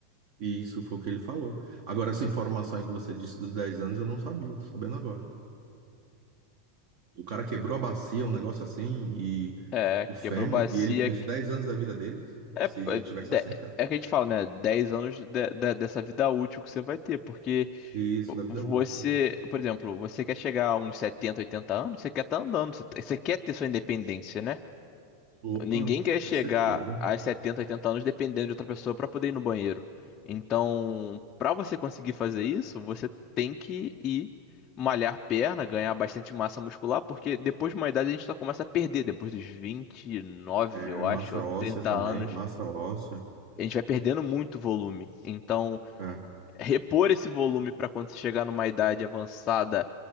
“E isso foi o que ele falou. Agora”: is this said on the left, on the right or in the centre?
Right